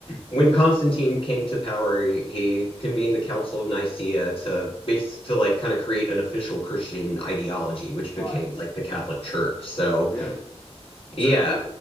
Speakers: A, on the left; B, on the left.
A: when Constantine came to power, he, he convened the Council of Nicaea to base to like kind of create an official Christian ideology, which became
B: Right.
A: like the Catholic Church. So
B: Yeah, man.
A: yeah.
B: So uh,